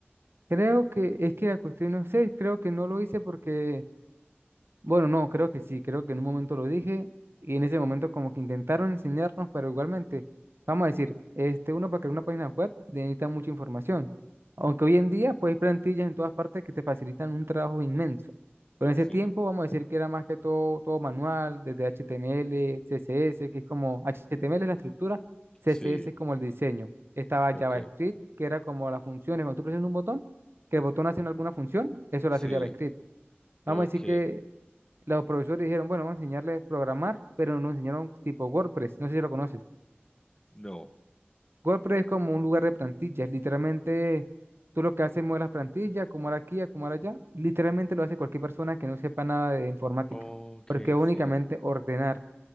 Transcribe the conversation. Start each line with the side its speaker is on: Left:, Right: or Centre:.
Right: Creo que es que la cuestión, no sé, creo que no lo hice porque Bueno, no, creo que sí, creo que en un momento lo dije y en ese momento como que intentaron enseñarnos, pero igualmente, vamos a decir, este, uno para crear una página web necesita mucha información, aunque hoy en día pues hay plantillas en todas partes que te facilitan un trabajo inmenso, pero en ese
Left: Sí,
Right: tiempo vamos a decir que era más que todo, todo manual, desde HTML, CSS, que es como, HTML es la estructura, CSS
Left: sí,
Right: es como el diseño, estaba
Left: ok.
Right: JavaScript, que era como las funciones, cuando tú presionas un botón, que el botón hace alguna función, eso
Left: Sí,
Right: lo hace JavaScript.
Left: ok,
Right: Vamos a decir que los profesores dijeron, bueno, vamos a enseñarle a programar, pero nos enseñaron tipo WordPress, no sé si lo conoces.
Left: no,
Right: WordPress es como un lugar de plantillas, literalmente tú lo que haces es mover las plantillas, como ahora aquí, como ahora allá, literalmente lo hace cualquier persona que no sepa nada de informática,
Left: ok,
Right: porque es únicamente
Left: sí.
Right: ordenar